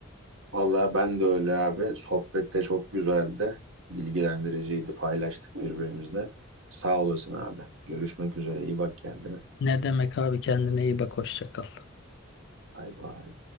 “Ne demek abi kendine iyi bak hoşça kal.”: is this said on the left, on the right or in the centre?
Left